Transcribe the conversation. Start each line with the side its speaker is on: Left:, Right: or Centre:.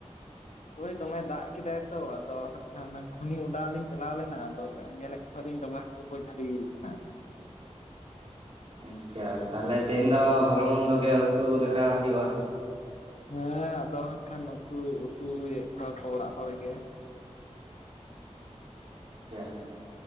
Left: ᱳᱭ ᱫᱚᱢᱮ ᱫᱟᱜ ᱠᱮᱫᱟᱭ ᱛᱚ, ᱟᱫᱚ ᱦᱟᱸᱜ ᱠᱷᱟᱱ ᱜᱷᱩᱱᱤ ᱚᱰᱟᱣ ᱞᱤᱧ ᱪᱟᱞᱟᱣ ᱞᱮᱱᱟ, ᱟᱫᱚ ᱧᱮᱞᱮᱫ <unintelligible> ᱠᱩ ᱠᱚ ᱡᱷᱟᱹᱞᱤ ᱠᱟᱱᱟ
Right: ᱚ ᱟᱪᱪᱷᱟ ᱛᱟᱦᱚᱞᱮ ᱛᱮᱦᱮᱧ ᱫᱚ ᱵᱷᱟᱞᱚ ᱢᱚᱱᱫᱚ ᱜᱮ ᱩᱛᱩ ᱫᱟᱠᱟ ᱦᱩᱭᱩᱜᱼᱟ᱾
Left: ᱦᱮᱸ ᱟᱫᱚ ᱦᱟᱸᱜ ᱠᱷᱟᱱ ᱩᱛᱩ ᱩᱛᱩᱭᱮᱫ ᱠᱚᱣᱟ ᱠᱚ ᱚᱲᱟᱜ ᱦᱚᱲ ᱜᱮ
Right: ᱪᱟ <unintelligible>